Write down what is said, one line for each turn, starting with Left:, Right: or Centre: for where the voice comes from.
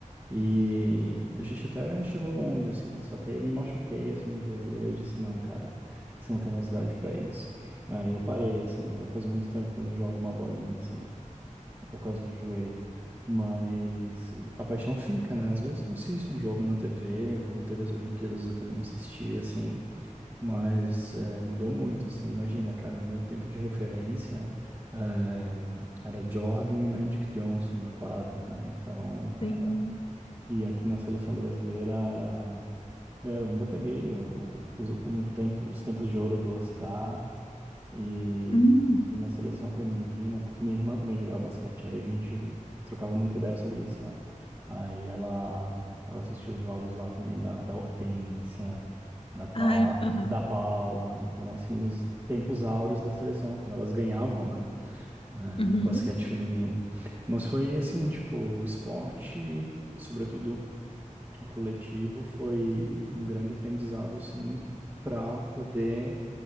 Right: E a gente até chegou longe, assim, só que aí eu me machuquei, assim, o joelho, aí eu disse, não, cara, você não tem mais idade pra isso. Aí eu parei, assim, então faz muito tempo que eu não jogo uma bolinha, assim, por causa do joelho. Mas a paixão fica, né? Às vezes eu assisto um jogo na TV, quando teve as Olimpíadas eu também assisti, assim, mas eh, mudou muito, assim, imagina, cara, o meu tempo de referência eh, era Jordan e Magic Johnson na quadra, né? Então,
Left: Sim.
Right: era e aqui na seleção brasileira era. é, eu ainda peguei um, os- um tempo, os tempos de ouro do Oscar e,
Left: Hum.
Right: e na seleção feminina, porque minha irmã também jogava basquete, aí a gente trocava muita ideia sobre isso lá. Aí ela, ela assistiu os jogos lá também da, da Hortência, da, pa,
Left: Ah, é, aham.
Right: da Paula. Então, assim, nos tempos áureos da seleção, quando elas ganhavam, né? eh,
Left: Uhum,
Right: no basquete feminino. Mas foi assim, tipo, o esporte, sobretudo o coletivo foi um grande aprendizado, assim, para poder